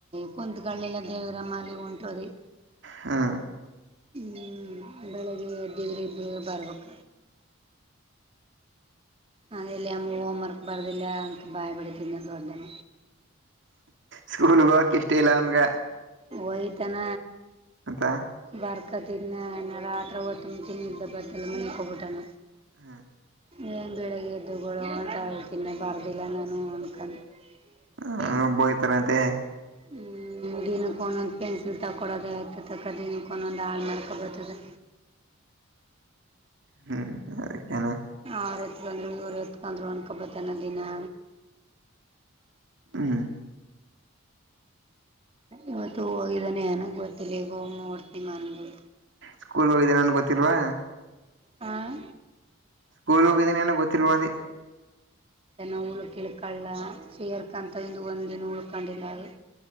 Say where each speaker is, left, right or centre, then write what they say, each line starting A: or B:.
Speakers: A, on the right; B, on the right.
A: ಕುಂಣ್ತ್ಕಲಿಲ್ಲ ದೇವರ ಮಾಲಿ ಒಂಟದಿ.
B: ಹಾ.
A: ಹ್ಮ ಬೆಳಗ್ಗೆ ಎದ್ದಿವಿ ಇಬ್ರು ಬರ್ಬೇಕು. ಅಗೆಲ್ಲೆ ಅಮ್ಮು ಹೋಮ ವರ್ಕ್ ಬರದಿಲ್ಲ ಅಂತ ಬಾಯಿಬಡಿತನ ತೊಂದಾನ.
B: ಸ್ಕೂಲ್ ಹೊಗಕ ಇಷ್ಟ ಇಲ್ಲ ಅವನಗ.
A: ಹೊಯ್ತನ.
B: ಮತ್ತ.
A: ಬರ್ಕತಿಂದ ನಾ ರಾತ್ರ ಒತ್ತ ಉಣತಿನಿ ಅಂತ <unintelligible> ಮನಕೊಬಿಟ್ಟಾನ.
B: ಹ್ಮ.
A: ಏನ ಬೆಳಿಗ್ಗೆ ಎದ್ದು ಗಲೋ ಅಂತ ಅಲತಿದ್ನ ಬರದಿಲ್ಲ ನಾನು ಅಂದಕೊಂಡು.
B: ಹ
A: <unintelligible>
B: ಬೋಯ್ತಾರಂತೆ
A: ಹ್ಮ ದಿನ. ಒಂದೊಂದ್ ಪೆನ್ಸಿಲ್ ತಗ ಕೊಡೋದೇ ಆಯ್ತು ತಕ್ಕ ದಿನಕ್ಕ ಒಂದೊಂದು ಹಾಳು ಮಾಡ್ಕೊ ಬರ್ತದೆ.
B: ಹ್ಮ್ ಅದಕೆನ್.
A: ಅವ್ರು ಎತ್ಕೊಂಡ್ರ ಇವರು ಎತ್ಕೊಂಡ್ರು ಅಂಕೊಂಡ್ ಬರತನ ದಿನಾ.
B: ಹ್ಮ್.
A: ಇವತ್ತು ಹೋಗಿದಾನೆ ಏನ ಗೊತ್ತಿಲ್ಲ ಈಗ ಹೋಗಿ ನೋಡ್ತನೀ ಮನೆಗೆ.
B: ಸ್ಕೂಲ್ ಹೋಗಿದ್ದೇ ನಾನ್ ಗೊತ್ತಿಲ್ವಾ.
A: ಹಾಂ
B: ಸ್ಕೂಲ್ ಹೋಗಿದೀ ಏನು ಗೊತ್ತಿಲ್ವ ದೀ.
A: ನ ಉಳ್ಕ್ ಇಳ್ಕಳ್ಳ ಸೇರ ಕಂತ ಒಂದಿನ ಉಳ್ಕೊಂಡಿಲ್ಲ ಅಲ್ಲಿ.